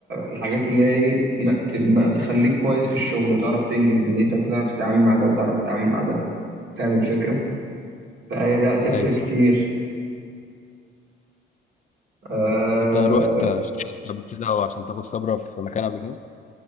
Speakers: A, on the right (about 65°); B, on the left (about 40°).
A: الحاجات اللي هي إيه، ما- ت- ما- تخليك كويس في الشغل وتعرف تنجز دنيتك وتعرف تتعامل مع ده وتعرف تتعامل مع ده فاهم الفكرة فهي لا تفرق
B: ايوه صح
A: كتير اه
B: انت رحت اشتغلت قبل كده وعشان تاخد خبره في مكان قبل كده